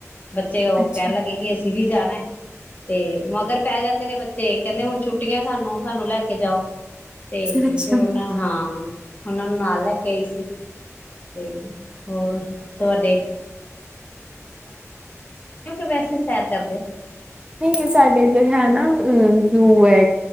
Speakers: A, on the left (about 30°); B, on the right (about 15°).
A: ਬੱਚੇ ਓ
B: ਅੱਛਾ
A: ਕਹਿਨ ਲੱਗੇ ਕਿ ਅਸੀ ਅਸੀ ਵੀ ਜਾਣਾ ਐ ਤੇ ਮਗਰ ਪੈ ਜਾਂਦੇ ਨੇ ਬੱਚੇ ਕਹਿੰਦੇ ਹੁਣ ਛੁੱਟੀਆਂ ਸਾਨੂੰ ਸਾਨੂੰ ਲੈ ਕੇ ਜਾਓ। ਤੇ
B: ਅੱਛਾ
A: ਫੇਰ ਉਹਨਾਂ ਹਾਂ। ਉਹਨਾਂ ਨੂੰ ਨਾਲ ਲੈ ਕੇ ਆਈ ਸੀ, ਤੇ ਹੋਰ ਤੁਹਾਡੇ ਵੈਸੇ ਸੈਰ ਕਰਦੇ ਹੋ।
B: ਨਹੀਂ ਸਾਡੇ ਇੱਧਰ ਹੈ ਨਾ ਅ ਜੋ ਹੈ